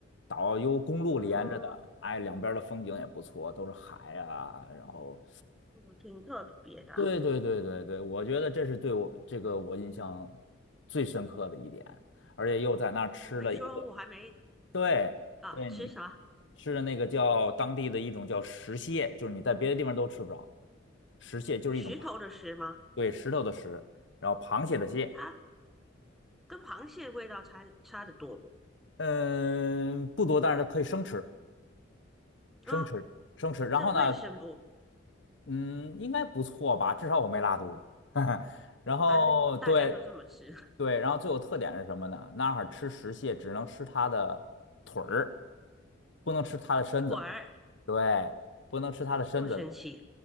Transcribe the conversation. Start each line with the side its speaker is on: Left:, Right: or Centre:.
Left: 岛由公路连着的，
Centre: 嗯，
Left: 哎，两边儿的风景也不错，都是海啊，然后
Centre: 嗯挺特别的。
Left: 对对对对对，我觉得这是对我这个我印象最深刻的一点，而且又在那儿吃了一个，
Centre: 你没说，我还没
Left: 对对，
Centre: 啊，吃啥？
Left: 你吃的那个叫当地的一种叫石蟹，就是你在别的地方都吃不着，石蟹就是一种螃，
Centre: 石头的石吗？
Left: 对，石头的石，然后螃蟹的蟹，
Centre: 它跟螃蟹味道差差得多不？
Left: 嗯，不多，但是它可以生吃，生吃，
Centre: 啊，
Left: 生吃。然后呢，
Centre: 这卫生不？
Left: 嗯，应该不错吧，至少我没拉肚子。<laughs> 然后对
Centre: 反正大家都这么吃。
Left: 对，然后最有特点是什么呢？那儿吃石蟹只能吃它的腿儿，不能吃它的身子。
Centre: 腿儿
Left: 对，不能吃它的身子。
Centre: 那么神奇